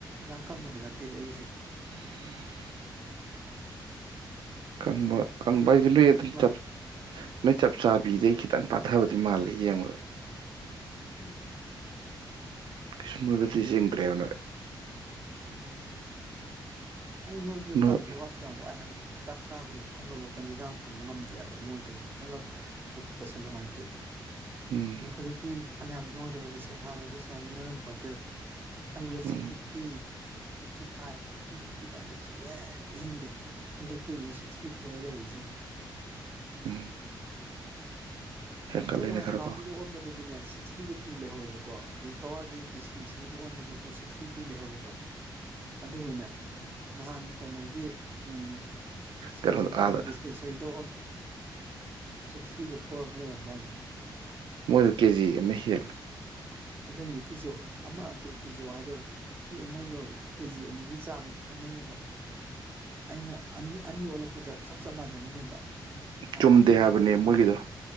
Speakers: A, on the right; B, on the right.
A: ꯌꯥꯝ ꯀꯪꯕꯗꯤ ꯅꯠꯇꯦꯕ ꯑꯩꯒꯤꯁꯦ
B: <unintelligible>
A: <unintelligible>
B: ꯀꯪꯕ ꯀꯪꯕ
A: ꯀꯥꯏꯗꯩ
B: ꯍꯥꯏꯁꯦ
A: ꯇꯤꯛ
B: ꯅꯣꯏ
A: ꯇꯤꯛ
B: ꯑꯗꯨꯝ
A: ꯇꯤꯛ ꯂꯥꯎꯋꯦ
B: ꯆꯠ ꯅꯣꯏ ꯆꯞ ꯆꯥꯕꯤꯗꯩ ꯈꯤꯇꯪ ꯄꯥꯊꯕꯗꯤ ꯃꯥꯜꯂꯦ ꯌꯦꯡꯕꯗ
A: ꯎꯝ
B: ꯀꯩꯁꯨꯝ ꯅꫭꯏꯕꯗꯤ ꯆꯤꯡꯗ꯭ꯔꯦꯕ ꯅꯣꯏ
A: ꯎꯝ ꯑꯩ ꯅꯣꯏꯕꯁꯨ
B: ꯅꯣꯏ
A: ꯇꯜꯂꯤ ꯋꯥꯁꯨ ꯌꯥꯝ ꯋꯥꯏ ꯍꯥꯏꯕ ꯆꯥꯛ ꯆꯥꯕꯒꯤ ꯐꯝꯕ ꯅꯤꯈꯥꯡ ꯐꯝꯕ ꯉꯝꯗꯦꯕ ꯅꯣꯏꯕꯁꯦ ꯈꯤꯇꯪꯈꯛ ꯂꯣꯏꯈꯠꯄꯁꯦ ꯅꯨꯡꯉꯥꯏꯇꯦꯕ
B: ꯎꯝ
A: ꯍꯧꯖꯤꯛꯇꯤ ꯐꯅꯌꯥꯝ ꯅꯣꯏꯔꯕꯅꯤꯁꯦ ꯍꯥꯟꯅꯗꯤ ꯁꯨꯃꯥꯏꯅ ꯅꯣꯏꯔꯝꯕ ꯄꯣꯗꯦꯗ ꯑꯩꯥ ꯋꯦꯠꯁꯦ
B: ꯎꯝ
A: fifty fifty five fifty fifty ꯐꯥꯏꯚꯇꯩ ꯁꯨꯛꯍꯥꯦꯟ ꯍꯦꯟꯗꯦ ꯍꯟꯗꯛꯇꯤ ꯌꯦꯡꯉꯨꯅꯦ ꯁꯤꯛꯁꯇꯤ ꯐꯣꯔ ꯌꯧꯔꯤꯖꯦ ꯌꯦꯡꯉꯨ
B: ꯎꯝ ꯍꯦꯟꯀꯠꯂꯦꯅꯦ
A: ꯑꯗꯨ ꯅꯍꯥꯟ
B: ꯈꯔꯀꯣ
A: ꯒꯍꯥꯇꯤꯗ ꯑꯣꯟꯕꯗꯗꯤꯅꯦ ꯁꯤ ꯁꯤꯛꯁꯇꯤꯒ ꯇꯨ ꯂꯩꯍꯧꯋꯦꯕꯀꯣ ꯑꯗꯗꯒꯤ ꯀꯋꯥꯒꯤ ꯗꯤꯁꯄꯦꯟꯁꯔꯤꯗ ꯑꯣꯟꯕꯗꯁꯨ ꯁꯤꯛꯁꯇꯤ ꯇꯨ ꯂꯩꯌꯧꯍꯦ ꯑꯗꯨꯒꯅꯦ ꯅꯍꯥꯟ ꯀꯩꯅꯣ ꯒꯤ ꯎꯝ ꯁꯟꯖꯦꯟ
B: ꯀꯩꯅꯣꯗ
A: ꯊꫭꯡꯒꯤ
B: ꯑꯥꯗ
A: ꯗꯤꯁꯄꯦꯟꯁꯔꯤꯗ ꯁꯤꯛꯁꯇꯤꯒ ꯐꫭ ꯐꯣꯔ ꯑꯃꯨꯛ ꯂꯩꯔꯝꯃꯦ <unintelligible>
B: ꯃꯣꯏ ꯀꯦꯖꯤ ꯃ ꯍꯦꯜ
A: ꯑꯗꯨꯅꯤ ꯀꯤꯖꯣ ꯑꯃ ꯀꯤꯖꯣ ꯍꯥꯏꯗꫭꯔꯦ ꯃꯣꯏꯁꯨ ꯀꯦꯖꯤ ꯑꯅꯤꯒꯤ ꯆꯥꯡ ꯈꯦꯠꯅꯩꯌꯦꯕ ꯑꯩꯅ ꯑꯅꯤ ꯑꯅꯤ ꯑꯣꯜꯂꯛꯄꯗ ꯆꯞ ꯆꯞ ꯃꯥꯟꯅꯔꯤꯅꯦꯕ
B: ꯆꯨꯝꯗꯦ
A: ꯒꯨꯍꯥꯇꯤ ꯑꯣꯜꯂꯛꯄꯗꯨꯁꯨ
B: ꯍꯥꯏꯕꯅꯦ ꯃꯣꯏꯒꯤꯗꯣ